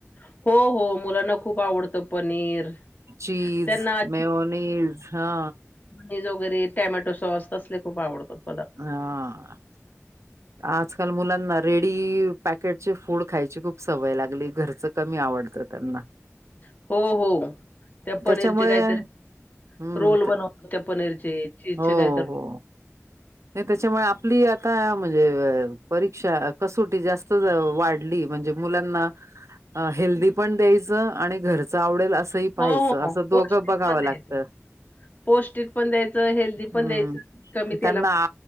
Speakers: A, on the left; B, on the right.
A: हो. हो. मुलांना खूप आवडतं पनीर.
B: चीज,
A: त्यांना
B: मेओनीज हा.
A: चीज वगैरे टॅमॅटो सॉस तसले खूप आवडतात पदार्थ.
B: हा. आजकाल मुलांना रेडी पॅकेटचे फूड खायची खूप सवय लागली. घरचं -- कमी आवडतं त्यांना.
A: हो. हो. त्या पनीरचे
B: त्याच्यामुळे
A: काहीतर
B: हम्म
A: रोल बनवतात पनीरचे. चीजचे
B: हो
A: काय तर.
B: हो नाही त्याच्यामुळे आपली आता म्हणजे अ परीक्षा कसोटी जास्त वाढली. म्हणजे -- मुलांना हेल्दी पण द्यायच आणि घरच आवडेल अस सही पाहायचं.
A: हो, हो. हो.
B: असं दोघं
A: पौष्टिक
B: बघावं
A: पण
B: लागत.
A: द्यायचं. पौष्टिक पण द्यायचं. हेल्दी
B: हम्म
A: पण द्यायचं. कमी --
B: त्यांना